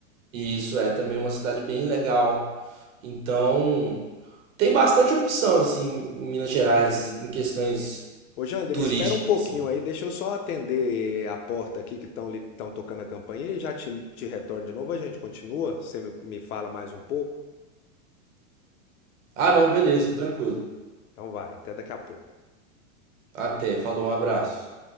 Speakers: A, on the right; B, on the left.
A: E isso é também uma cidade bem legal. Então tem bastante opção assim em Minas Gerais
B: Uhum.
A: em questões
B: Ô, Jander,
A: turísticas
B: espera um pouquinho
A: assim.
B: aí, deixa eu só atender a porta aqui que estão tocando a campainha e já te, te retorno de novo. A gente continua? Você me me fala mais um pouco?
A: Ah, não, beleza, tranquilo.
B: Então vai, até daqui a pouco.
A: Até, falou, um abraço.